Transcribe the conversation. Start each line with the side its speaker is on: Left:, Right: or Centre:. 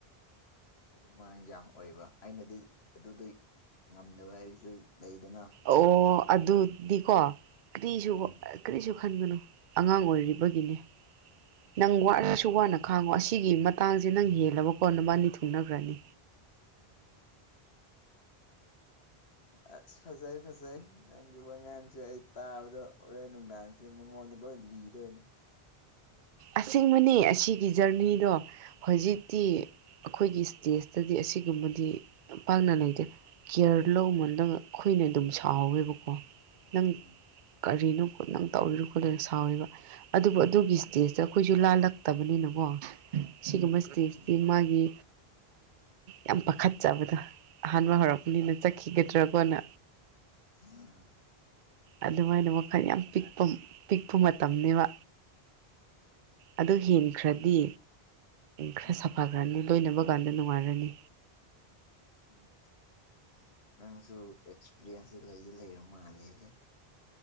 Left: ꯑꯗꯨꯃꯥꯏꯅ ꯌꯥꯝ ꯑꯣꯏꯕ ꯑꯩꯅꯗꯤ ꯑꯗꯨꯗꯨꯏ ꯉꯝꯗꯕ ꯍꯥꯏꯕꯁꯨ ꯂꯩꯗꯅ
Right: ꯑꯣ ꯑꯗꯨꯗꯤꯀꯣ ꯀꯔꯤꯁꯨ
Left: ꯎꯝ
Right: ꯀꯔꯤꯁꯨ ꯈꯟꯒꯅꯨ ꯑꯉꯥꯡ ꯑꯣꯏꯔꯤꯕꯒꯤꯅꯦ ꯅꯪ
Left: ꯎꯝ
Right: ꯋꯥꯔꯁꯨ ꯋꯥꯅ ꯈꯥꯡꯉꯣ ꯑꯁꯤꯒꯤ ꯃꯇꯥꯡꯁꯦ ꯅꯪ ꯍꯦꯜꯂꯕ ꯀꯣ ꯅꯕꯥꯟꯅꯤ ꯊꯨꯡꯅꯈ꯭ꯔꯅꯤ
Left: <inaudible> ꯑꯁ ꯐꯖꯩ ꯐꯖꯩ ꯅꯪꯒꯤ ꯋꯥꯉꯥꯡꯁꯦ ꯑꯩ ꯇꯥꯕꯗ ꯍꯣꯔꯦꯟ ꯅꯨꯡꯗꯥꯡꯁꯦ ꯁꯤ ꯃꯉꯣꯟꯗ ꯂꯣꯏ ꯂꯤꯗꯣꯏꯅꯦ
Right: ꯑꯁꯦꯡꯕꯅꯤ ꯑꯁꯤꯒꯤ ꯖꯔꯅꯤꯗꯣ ꯍꯧꯖꯤꯛꯇꯤ ꯑꯩꯈꯣꯏꯒꯤ ꯁ꯭ꯇꯦꯁꯇꯗꯤ ꯑꯁꯤꯒꯨꯝꯕꯗꯤ ꯄꯥꯛꯅ ꯂꯩꯗꯦ ꯀꯦꯌ꯭ꯔ ꯂꯧꯃꯟꯗꯅ ꯑꯩꯈꯣꯏꯅ ꯑꯗꯨꯝ ꯁꯥꯎꯋꯦꯕꯀꯣ ꯅꯪ
Left: ꯎꯝ
Right: ꯀꯔꯤꯅꯣ ꯈꯨꯠ ꯅꯪ ꯇꯧꯔꯤꯔꯣ ꯈꯣꯠꯂꯔꯣ ꯁꯥꯎꯔꯤꯕ ꯑꯗꯨꯕꯨ ꯑꯗꯨꯒꯤ
Left: ꯎꯝ
Right: ꯏꯁꯇꯦꯖꯇ ꯑꯩꯈꯣꯏꯁꯨ ꯂꯥꯜꯂꯛꯇꯕꯅꯤꯅꯀꯣ ꯁꯤꯒꯨꯝꯕ ꯁꯇꯦꯖꯇꯤ
Left: ꯎꯝ
Right: ꯃꯥꯒꯤ ꯌꯥꯝ ꯄꯥꯈꯠꯆꯕꯗꯣ ꯑꯍꯥꯟꯕ ꯍꯧꯔꯛꯄꯅꯤꯅ ꯆꯠꯈꯤꯒꯗ꯭ꯔꯥꯒꯣꯅ
Left: ꯑꯥ
Right: ꯑꯗꯨꯃꯥꯏꯅ ꯋꯥꯈꯜ ꯌꯥꯝ ꯄꯤꯛꯄ ꯄꯤꯛꯄ ꯃꯇꯝꯅꯤꯕ ꯑꯗꯨ ꯍꯦꯟꯈ꯭ꯔꯗꯤ ꯈꯔ
Left: ꯑꯥ
Right: ꯁꯥꯐꯥ ꯔꯅꯤ ꯂꯣꯏꯅꯕ ꯀꯥꯟꯗ ꯅꯨꯡꯉꯥꯏꯔꯅꯤ
Left: ꯎꯝ ꯅꯪꯁꯨ ꯑꯦꯛꯁꯄꯤꯔꯤꯟꯁꯁꯦ ꯂꯩꯗꯤ ꯂꯩꯔ ꯃꯥꯜꯂꯦꯍꯦ